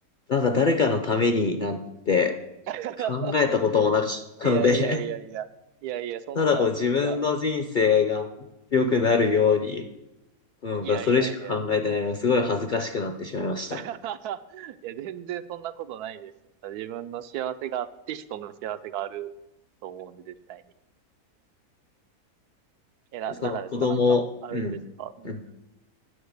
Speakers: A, on the left; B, on the right.
A: なんか誰かのためになんて
B: <laughs>
A: 考えたこともなかったので、
B: いやいやいやいや。
A: <laughs>
B: いやいや、そんな、
A: ただこう自分の人生が良くなるように、
B: じゃあうん。
A: うん、
B: いやいやいやいや。
A: それしか考えてないのがすごい恥ずかしくなってしまいました。
B: うん <laughs> いや、全然そんなことないですよ。自分の幸せがあって人の幸せがあると思うんで、絶対に。え、な、
A: その子供、
B: なんなんですかなんか、あるんですかうんうん。
A: うん、うん。